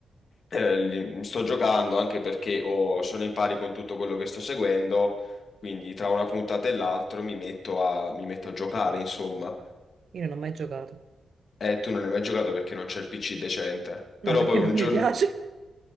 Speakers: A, on the left (about 55°); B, on the right (about 60°).
A: eh, li- sto giocando anche perché ho- sono in pari con tutto quello che sto seguendo, quindi tra una puntata e l'altra mi metto a, mi metto a giocare, insomma.
B: Io non ho mai giocato.
A: E tu non hai mai giocato perché non c'è il PC decente, però
B: No, perché
A: poi un
B: non
A: giorno...
B: mi piace.